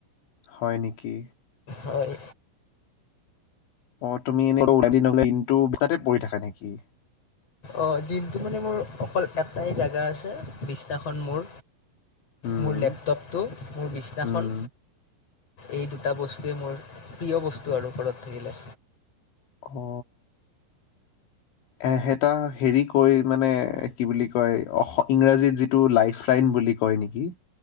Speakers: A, on the left; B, on the left.
A: হয় নিকি?
B: হয়।
A: অ তুমি এনেক ওলাই দিনটো তাতে পৰি থাকা নেকি?
B: অ' দিনটো মানে মোৰ অকল এটাই জেগা আছে বিছনাখন মোৰ।
A: উম
B: মোৰ লেপটপটো, মোৰ বিছনাখন।
A: উম
B: এই দুটা বস্তুৱেই মোৰ প্ৰিয় বস্তু আৰু ঘৰত থাকিলে।
A: অ এহেটা হেৰি কৈ মানে কি বুলি কয়? অস, ইংৰাজীত যিটো লাইফ লাইন বুলি কয় নেকি?